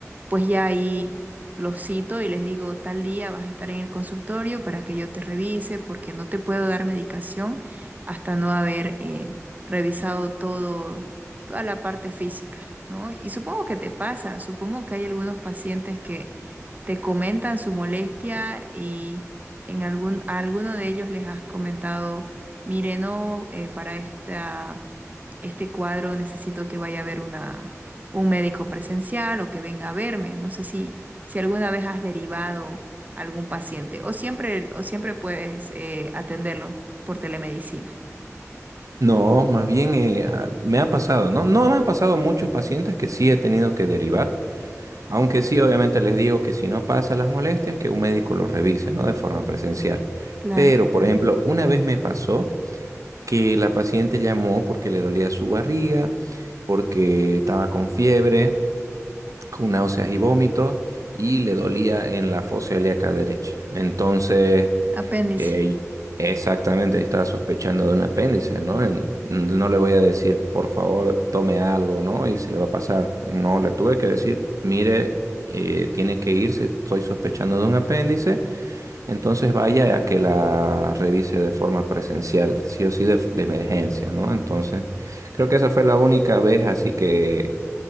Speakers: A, on the right (about 30°); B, on the right (about 80°).
A: pues ya ahí los cito y les digo, tal día vas a estar en el consultorio para que yo te revise, porque no te puedo dar medicación hasta no haber eh, revisado todo, toda la parte física, ¿no? Y supongo que te pasa, supongo que hay algunos pacientes que te comentan su molestia y en algún, a alguno de ellos les has comentado, mire, no, eh, para esta, este cuadro necesito que vaya a ver una un médico presencial o que venga a verme. No sé si, si alguna vez has derivado algún paciente o siempre, o siempre puedes eh, atenderlo por telemedicina.
B: No, más bien eh, ah, me ha pasado, ¿no? No me han pasado muchos pacientes que sí he tenido que derivar Aunque sí, obviamente les digo que si no pasa las molestias, que un médico los revise, ¿no? De forma presencial.
A: Claro.
B: Pero, por ejemplo, una vez me pasó que la paciente llamó porque le dolía su barriga, porque estaba con fiebre con náuseas y vómitos y le dolía en la fosa ilíaca derecha. Entonces,
A: Apéndice.
B: eh, exactamente, estaba sospechando de un apéndice, ¿no? En- no le voy a decir, por favor, tome algo, ¿no? Y se le va a pasar. No, le tuve que decir, mire, eh, tiene que irse, estoy sospechando de un apéndice, entonces vaya a que la revise de forma presencial, sí o sí de, de emergencia, ¿no? Entonces, creo que esa fue la única vez así que